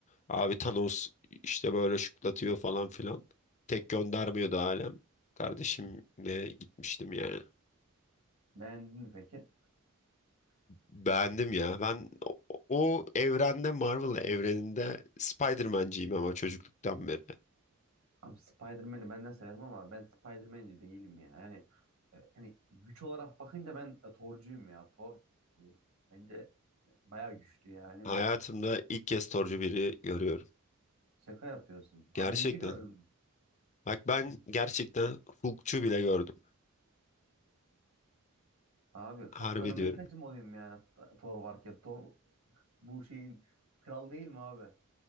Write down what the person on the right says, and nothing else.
<laughs> Beğendin mi peki?
Abi Spider-Man'i ben de severim ama ben Spider-Man'ci değilim ya. Yani e, hani güç olarak bakınca ben e, Thor'cuyum ya. Thor e, bence bayağı güçlü yani
ve
şaka yapıyorsun.
Abi neci gördün?
Abi
Kaptan Amerikacı
mı olayım yani T- Thor varken? Thor bu şeyin kral değil mi abi?